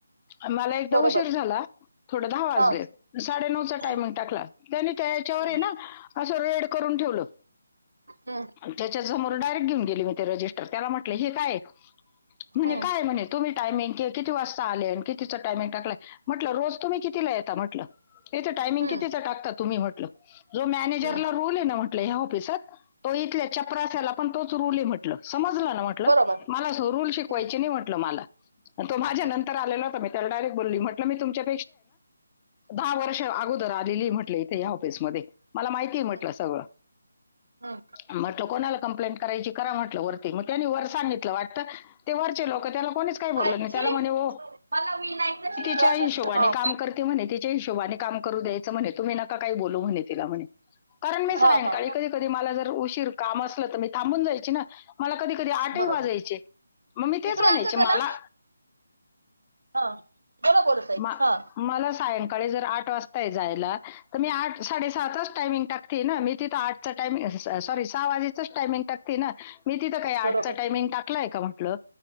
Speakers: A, on the left (about 25°); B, on the right (about 75°).
A: मला एकदा
B: बरोबर
A: उशीर झाला धा वाजले
B: हा
A: साडे नऊचं टाईमिंग
B: हम्म
A: टाकलं त्यांनी त्याच्यावर
B: हम्म
A: येना असं रेड करून ठेवलं.
B: हम्म
A: त्याच्या समोर डायरेक्ट घेऊन गेले मी ते रजिस्ट. त्याला म्हंटले हे काय ये? म्हणे
B: हम्म
A: काय ये म्हणे तुम्ही टाईमिंग के किती वाजता आले आणि कितिचं टामिंग टालाय म्हटलं रोज तुम्ही कितीला येता म्हटलं? हेच टायमिंग
B: हम्म
A: कितींचं टाकतात? तुम्ही म्हटलं जो मॅनेजरला
B: हम्म
A: रुल येना म्ह लेय होपीसात हो इथल्या चपऱ्यांषा्याला पण तोच रुले म्हटलं समजलं ना म्हटलं.
B: बरोबर
A: मला स रुल शिकवायची
B: हम्म
A: नाही म्हटलं मला तो माझ्या
B: हम्म
A: नंतर आलेला होता. मी त्याला डायरेक्ट बोलली म्हटलं मी तुमच्या दहा वर्ष अगोदर आलेली म्हटलं इथे ह्या ऑफिस मधे. मला माहिती म्हटलं
B: हम्म
A: सगळं.
B: हम्म
A: म्हटलं कोणाला कंप्लेंट करायची करा म्हटलं वरती मग त्यानी वर सांगितलं वाटतं. ते वरचे लोक त्याला कोणीच काही बोल
B: आजी
A: नाही त्याला म्हणे ओ
B: मला विनायचं शिकवत
A: चाळीशी वाट
B: हा
A: काम करते म्हणे. तिच्या हिशोबाने काम कर द्यायच म्हणे. तुम्ही नका काही बोलू म्हणे तिला म्हणे कारण मी सायंकाळी
B: हा हा
A: कधी-कधी मला जर उशीर काम असलं कि मी थांबून जायची ना? कधी आठही
B: बरोबर
A: वाजयचे. मग मी तेच
B: इकडे
A: म्हणायचे
B: आण ग त्याला
A: मला
B: हा बोला बोला ताई
A: म
B: हा
A: मला सायंकाळी जर आठ वाजताय जायला तर मी आठ साडे सहाचाच टायमिंग टाकते ना. मी तिथं आठ टायमिंग सॉरी सहा वाजेचाच टायमिंग टाकते ना. मी तिथं काय आटचं
B: बरोबर
A: टामिंग टाक टाकलंय का म्हंटलं?